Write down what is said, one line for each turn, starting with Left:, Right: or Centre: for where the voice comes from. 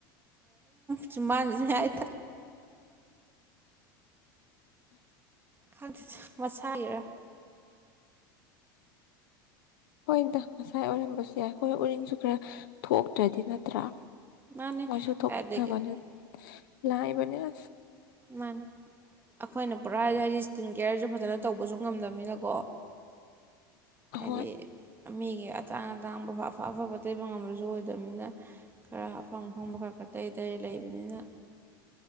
Right: ꯆꯤꯟꯕꯥꯟꯖꯨ ꯌꯥꯏ ꯊꯠ ꯈꯪꯇꯦꯇ ꯃꯁꯥꯒꯤꯔ
Left: ꯍꯣꯏꯗ ꯃꯁꯥꯏ ꯑꯣꯏꯔꯝꯕꯁꯨ ꯌꯥꯏ ꯍꯣꯏ ꯎꯔꯤꯡꯁꯨ ꯈꯔ ꯊꯣꯛꯇ꯭ꯔꯗꯤ ꯅꯠꯇ꯭ꯔꯥ
Right: ꯃꯥꯅꯦ
Left: ꯃꯣꯏꯁꯨ ꯊꯣꯛꯞꯅꯕꯅꯤ
Right: ꯀꯥꯏꯗꯒꯤ
Left: ꯂꯥꯏꯕꯅꯤꯁ
Right: ꯃꯥꯅꯤ ꯑꯩꯈꯣꯏꯅ ꯄꯨꯔꯥ ꯍꯥꯏꯗꯤ ꯏꯁꯀꯤꯟ ꯀꯦꯌꯔꯁꯨ ꯐꯖꯅ ꯇꯧꯕꯁꯨ ꯉꯝꯗꯕꯅꯤꯅꯀꯣ
Left: ꯑꯍꯣꯏ
Right: ꯍꯥꯏꯗꯤ ꯃꯤꯒꯤ ꯑꯇꯥꯡ ꯑꯇꯥꯡꯕ ꯑꯐ ꯑꯐꯕ ꯇꯩꯕ ꯉꯝꯕꯁꯨ ꯑꯣꯏꯗꯕꯅꯤꯅ ꯈꯔ ꯑꯐꯪ ꯑꯐꯪꯕ ꯈꯔ ꯇꯩꯔ ꯇꯩꯔ ꯂꯩꯕꯅꯤꯅ